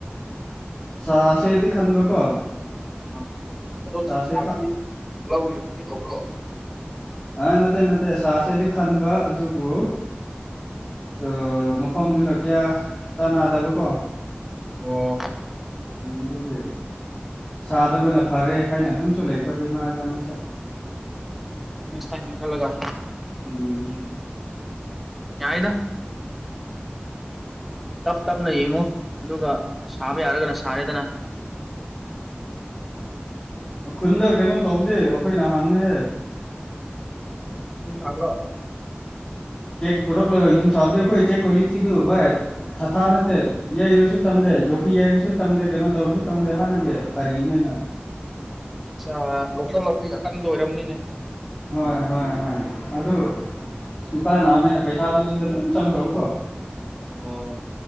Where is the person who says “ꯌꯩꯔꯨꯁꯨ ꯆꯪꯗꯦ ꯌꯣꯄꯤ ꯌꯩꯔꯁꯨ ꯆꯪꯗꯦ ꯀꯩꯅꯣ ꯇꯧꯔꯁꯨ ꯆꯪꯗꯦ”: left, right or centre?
Left